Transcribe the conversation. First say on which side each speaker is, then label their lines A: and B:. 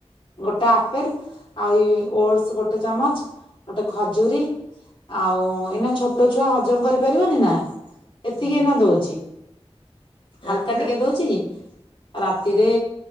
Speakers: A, on the left; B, on the left.
A: ଗୋଟେ ଆପେଲ୍ ଆଉ ଇଏ ଓଟସ୍ ଗୋଟେ ଚାମଚ ଗୋଟେ ଖଜୁରୀ ଆଉ ଏଇନା ଛୋଟ ଛୁଆ ହଜମ କରିପାରିବନି ନା ଏତିକି
B: ହୁଁ
A: ଏଇନା ଦଉଛି,
B: ହଁ
A: ହାଲକା
B: ରାତିରେ
A: ଟିକେ ଦଉଛି। ଆଉ ରାତିରେ